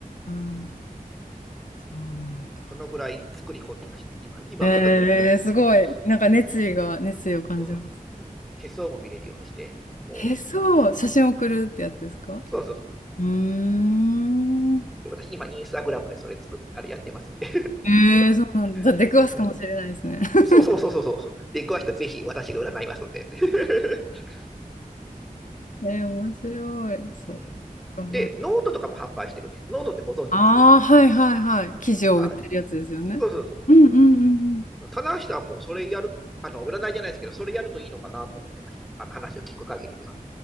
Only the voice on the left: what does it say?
ー
そうなんだ。
ええすごい。
なんか熱意が、熱意を感じます。
え、そう。写真送るってやつですか
うーん。
えーそうなんだ。じゃあ出くわすかもしれないですね。
<laughs>
えー面白い。そっ
か。
ああ、はいはいはい。生地を売ってるやつですよね。
うんうんうんうん。